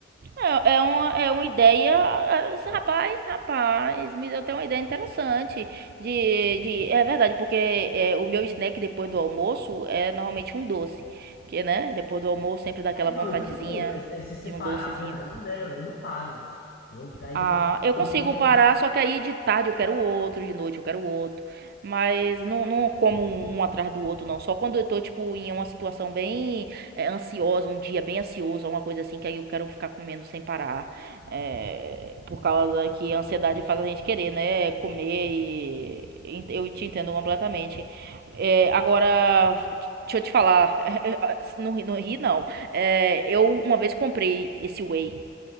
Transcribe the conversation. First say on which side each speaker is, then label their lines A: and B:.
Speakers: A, on the right; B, on the left.
A: É, é uma, é uma ideia, é, assim, rapaz, rapaz, me deu até uma ideia interessante de, de é verdade, porque é, o meu snack depois do almoço é normalmente um doce, porque, né, depois do almoço sempre dá aquela
B: É, não,
A: vontadezinha
B: e tudo bem, mas daí se separar
A: de um docezinho.
B: por aí, né, eu não paro. Eu, daí
A: Ah,
B: depois,
A: eu consigo
B: eu queria-
A: parar, só que aí de tarde eu quero outro, de noite eu quero outro. Mas não, não como um, um atrás do outro, não. Só quando eu tô, tipo, em uma situação bem é, ansiosa, um dia bem ansioso, alguma coisa assim, que aí eu quero ficar comendo sem parar. É, por causa que a ansiedade faz a gente querer, né? Comer e. e Eu te entendo completamente. É, agora, deixa eu te falar. <laughs> Não, ri- não ri, não. É, eu uma vez comprei esse whey.